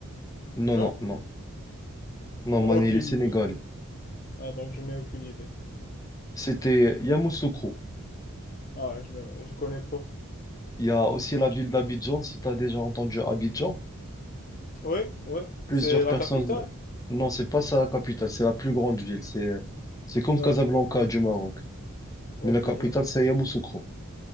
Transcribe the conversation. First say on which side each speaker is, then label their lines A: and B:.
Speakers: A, on the left; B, on the left.
A: Non,
B: Non?
A: non, non. Non,
B: Ah,
A: Mané,
B: Aucune
A: il est sénégalais.
B: idée. Ah, donc je n'ai aucune idée.
A: C'était Yamoussoukro.
B: Ah, je ne je connais pas.
A: Il y a aussi la ville d'Abidjan. Si tu as déjà entendu Abidjan,
B: Oui, oui,
A: plusieurs
B: c'est la
A: personnes...
B: capitale.
A: Non, c'est pas ça la capitale. C'est la plus grande ville. C'est, c'est comme
B: D'accord.
A: Casablanca du Maroc.
B: Ok,
A: Mais la capitale,
B: je vois.
A: c'est Yamoussoukro. <laughs>